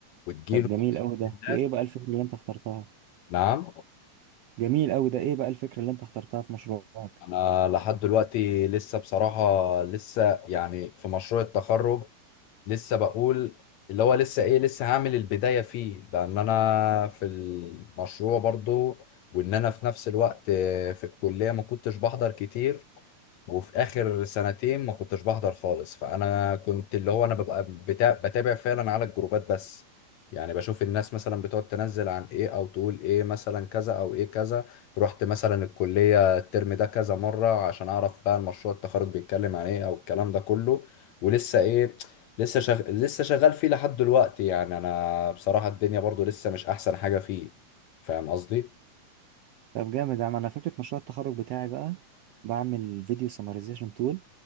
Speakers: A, on the left (about 70°); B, on the right (about 75°).
A: وتجيله
B: طب جميل قوي ده
A: تحديات
B: وايه بقى الفكرة اللي انت اخترتها
A: نعم
B: جميل قوي ده ايه بقى الفكرة اللي انت اخترتها في مشروعك
A: انا لحد دلوقتي لسه بصراحة لسه يعني في مشروع التخرج لسه بقول اللي هو لسه ايه لسه هعمل البداية فيه لان انا في المشروع برضو وان انا في نفس الوقت في الكلية ما كنتش بحضر كتير وفي اخر سنتين ما كنتش بحضر خالص فانا كنت اللي هو انا ببقى بتا... بتابع فعلا على الجروبات بس يعني بشوف الناس مثلا بتقعد تنزل عن ايه او تقول ايه مثلا كذا او ايه كذا رحت مثلا الكلية الترم ده كذا مرة عشان اعرف بقى المشروع التخرج بيتكلم عن ايه او الكلام ده كله ولسه ايه لسه شغ... لسه شغال فيه لحد دلوقتي يعني انا بصراحة الدنيا برضو لسه مش احسن حاجة فيه فاهم قصدي
B: طب جامد يا عم انا فكرة مشروع التخرج بتاعي بقى بعمل فيديو سمرايزيشن تول